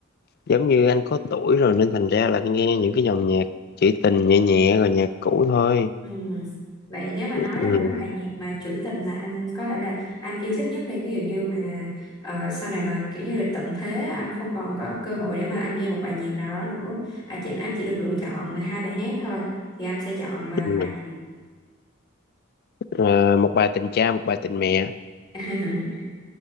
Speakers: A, on the left; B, on the left.
A: giống như anh có tuổi rồi nên thành ra là anh nghe những cái dòng nhạc trữ tình nhẹ nhẹ rồi nhạc cũ thôi.
B: Ừ. Vậy nếu mà nói
A: Ừ.
B: ra một cái bài nhạc mà trữ tình mà anh có thể là anh yêu thích nhất đi ví dụ như mà ờ, sau này mà kiểu như là tận thế anh không còn có cơ hội để mà anh nghe một bài nhạc nào đó nữa à, chỉ, anh chỉ được lựa chọn hai bài hát thôi thì anh sẽ chọn ờ,
A: Ừ.
B: bài gì
A: À, một bài tình cha, một bài tình mẹ.
B: <laughs>